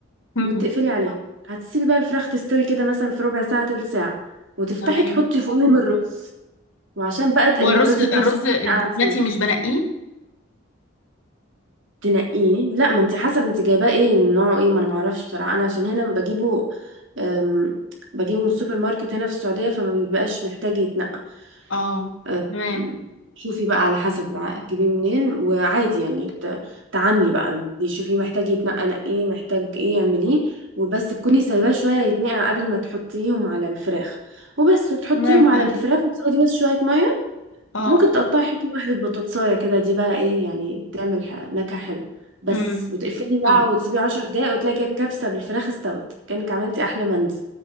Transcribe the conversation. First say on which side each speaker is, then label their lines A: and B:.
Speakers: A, on the left; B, on the right.
A: مم.
B: وتقفلي عليها هتسيبي بقى الفراخ تستوي كده مثلا في ربع ساعه تلت ساعه وتفتحي
A: تمام
B: تحطي فوقيهم الرز وعشان بقى اللي
A: هو الرز
B: هو رز
A: الرز
B: الكبسه
A: البسمتي
B: اللي
A: مش بنقيه
B: تنقيه لا ما انت حسب انت جايباه ايه نوعه ايه ما انا ما اعرفش بصراحه انا عشان هنا بجيبه أم، بجيبه من السوبر ماركت هنا في السعوديه فما بيبقاش محتاج يتنقى
A: اه
B: أم،
A: تمام
B: شوفي بقى على حسب بقى تجيبيه منين وعادي يعني ت- تعاملي بقى شوفي محتاج يتنقى نقيه محتاج ايه اعمليه وبس تكوني سايباه شويه يتنقع قبل ما تحطيهم على الفراخ وبس بتحطيهم
A: تمام فاهم
B: على الفراخ وتزودي بس شويه ميه
A: اه
B: ممكن تقطعي حتة واحدة بطاطساية كده دي بقى ايه يعني تعمل ح- نكهة حلوة بس
A: امم
B: وتقفلي بقى
A: طب
B: وتسيبيه عشر دقايق وتلاقي كده الكبسة بالفراخ استوت كأنك عملتي أحلى مندي